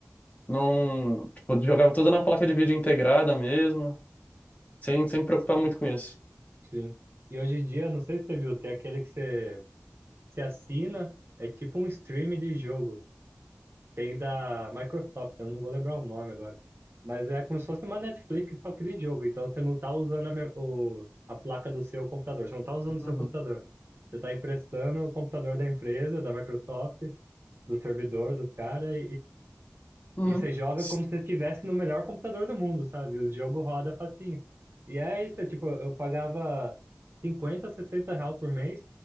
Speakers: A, on the left (about 35°); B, on the right (about 55°).
A: não, tipo, jogava tudo na placa de vídeo integrada mesmo, sem, sem me preocupar muito com isso.
B: sim. E hoje em dia, não sei se você viu, tem aquele que você, você assina, é tipo um stream de jogo. Tem da Microsoft, eu não vou lembrar o nome agora. Mas é como se fosse uma Netflix só que de jogo. Então você não tá usando a, mem- o, a placa do seu computador. Você não tá usando o
A: Uhum.
B: seu computador. Você tá emprestando o computador da empresa, da Microsoft, do servidor dos caras
A: Uhum.
B: e você joga
A: s-
B: como se você estivesse no melhor computador do mundo, sabe? O jogo roda facinho. E é isso, é tipo, eu pagava 50, 60 real por mês